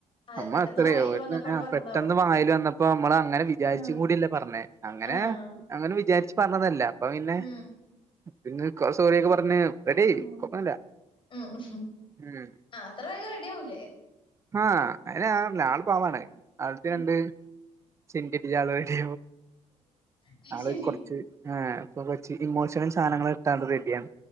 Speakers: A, on the left (about 40°); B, on the right (about 25°).
A: അത്
B: അമ്മത്രയോ
A: പെട്ടെന്ന് വായേല് വന്നപ്പോ അങ്ങട് പറഞ്ഞതാവും.
B: പെട്ടെന്ന് വായല് വന്നപ്പോ അമ്മള് അങ്ങനെ വിചാരിച്ചു
A: ആഹ്.
B: കൂടില്ല പറഞ്ഞേ അങ്ങനെ
A: ആഹ്.
B: അങ്ങനെ വിചാരിച്ച് പർഞ്ഞതല്ലാ അപ്പൊ പിന്നെ
A: ഉം.
B: പിന്നൊര് കൊ സോറ്യൊക്കെ പർഞ്ഞ് റെഡ്യായി
A: ഉം.
B: കൊപ്പാെന്നുല്ലാ
A: ഉം.
B: ഉം
A: ആ അത്ര വേഗം റെഡിയാവൂലേ?
B: ആഹ് അതെന്നെ ഞാ പർഞ്ഞേ ആള് പാവാണ് ആൾക്ക്
A: ഉം.
B: രണ്ട് ചിന്തി <unintelligible>
A: അത്
B: ആള്
A: ശരി.
B: കൊർച്ച് ആഹ് പ്പൊ കൊർച് ഇമോഷണൽ സാധനങ്ങളിട്ടാ ആള് റെഡിയാണ്